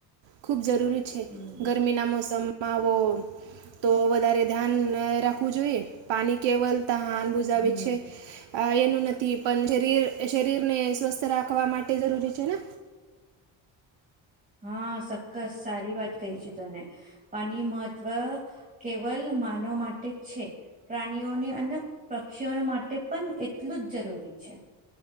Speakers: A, on the right; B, on the right.
A: ખૂબ જરૂરી છે
B: હમ
A: ગરમીના મોસમમાં આવો તો વધારે ધ્યાન રાખવું જોઈએ પાણી કેવલતા હાન બુઝાવે
B: હમ
A: છે. આ એનું નથી પણ શરીર શરીર ને સ્વસ્થ રાખવા માટે જરૂરી છે ને
B: હા સક્કસ સારી વાત કહી છે તને પાણી મહત્વ કેવલ માનવ માટે જ છે પ્રાણીઓને અને પક્ષીઓને માટે પણ એટલું જ જરૂરી છે.